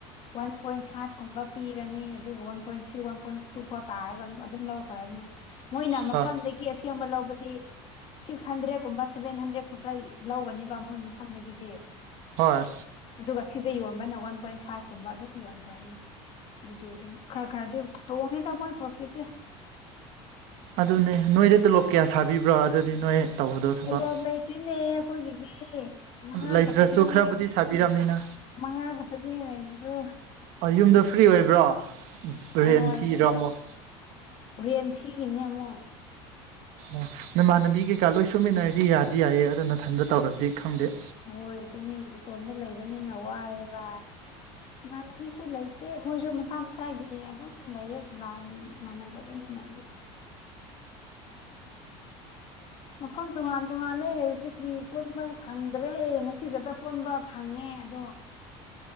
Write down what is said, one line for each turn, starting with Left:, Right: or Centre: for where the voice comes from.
Left: ꯋꯥꯟ ꯄꯣꯏꯟ ꯐꯥꯏꯚ ꯀꯨꯝꯕ ꯄꯤꯔꯅꯤ ꯑꯗꯨꯒ one point three one point two ꯐꯥꯎ ꯇꯥꯔꯒ ꯑꯗꯨ ꯑꯗꯨꯝ ꯂꯧ ꯈꯔꯅꯤ ꯃꯣꯏꯅ ꯃꯐꯝꯗꯒꯤ
Right: ꯍꯣꯏ
Left: ꯑꯁꯦꯡꯕ ꯂꯧꯕꯗꯤ ꯁꯤꯛꯁ ꯍꯟꯗ꯭ꯔꯦꯠꯀꯨꯝꯕ ꯁꯚꯦꯟ ꯍꯟꯗ꯭ꯔꯦꯗ ꯈꯛꯇ ꯂꯧꯒꯅꯦꯕ ꯃꯣꯏ ꯃꯐꯝꯗꯒꯤꯗꯤ
Right: ꯍꯣꯏ
Left: ꯑꯗꯨꯒ ꯁꯤꯗ ꯌꯣꯟꯕꯅ ꯋꯥꯟ ꯄꯣꯏꯟ ꯐꯥꯏꯚ ꯀꯨꯝꯕ ꯑꯗꯨꯝ ꯌꯣꯟꯈ꯭ꯔꯅꯤ ꯑꯗꯨꯗꯤ ꯑꯗꯨꯝ ꯈꯔ ꯈꯔꯗꯤ ꯇꯣꯡꯉꯤꯗ ꯃꯣꯏ ꯄ꯭ꯔꯣꯐꯤꯠꯁꯦ
Right: ꯑꯗꯨꯅꯦ ꯅꯣꯏꯗ ꯇꯣꯂꯣꯞ ꯀꯌꯥ ꯁꯥꯕꯤꯕ꯭ꯔꯣ ꯑꯗꯨꯗꯤ ꯅꯣꯏ ꯇꯧꯕꯗꯣ ꯊꯕꯛ
Left: ꯇꯣꯂꯣꯞ ꯂꯩꯇꯦꯅꯦ ꯑꯩꯈꯣꯏꯒꯤꯗꯤ ꯃꯉꯥ
Right: ꯑꯗꯨ ꯂꯩꯇ꯭ꯔꯁꯨ
Left: ꯈꯛꯇꯅꯦ
Right: ꯈꯔꯕꯨꯗꯤ ꯁꯥꯕꯤꯔꯝꯅꯤꯅ
Left: ꯃꯉꯥ ꯈꯛꯇꯅꯦ ꯂꯩꯕꯗꯨ
Right: ꯌꯨꯝꯗ ꯐ꯭ꯔꯤ ꯑꯣꯏꯕ꯭ꯔꯣ ꯔꯦꯟ
Left: ꯑꯍꯣꯏ
Right: ꯊꯤꯔꯤꯔꯣ
Left: ꯑꯗꯨꯝ
Right: ꯑꯃꯨꯛ
Left: ꯔꯦꯟ ꯊꯤꯔꯤꯅꯦ ꯑꯃꯨꯛ
Right: ꯑꯣ ꯅꯃꯥꯟꯅꯕꯤ ꯀꯩꯀꯥ ꯂꯣꯏ ꯁꯨꯃꯤꯟꯅꯔꯗꯤ ꯌꯥꯗꯤ ꯌꯥꯏꯌꯦ ꯑꯗꯨ ꯅꯊꯟꯗ ꯇꯧꯔꯗꯤ ꯈꯪꯗꯦ
Left: ꯍꯣꯏ ꯑꯗꯨꯅꯤ ꯏꯇꯣꯝꯇ ꯂꯩꯕꯅꯤꯅ ꯋꯥꯏꯌꯦꯕ ꯏꯃꯥꯟꯅꯕꯤꯁꯨ ꯂꯩꯇꯦ ꯃꯣꯏꯁꯨ ꯃꯁꯥ ꯃꯁꯥꯒꯤ ꯑꯗꯨꯝ ꯂꯩꯌꯦ ꯂꯥꯏꯟ ꯃꯥꯟꯅꯗꯕꯅꯤꯅ ꯑꯗꯨꯝ ꯃꯐꯝ ꯇꯣꯉꯥꯟ ꯇꯣꯉꯥꯟꯂꯦ ꯑꯩꯈꯣꯏꯒꯤ ꯄꯨꯟꯕ ꯐꯪꯗ꯭ꯔꯦ ꯉꯁꯤꯒꯗ ꯄꯨꯟꯕ ꯐꯪꯉꯦ ꯑꯗꯣ <inaudible>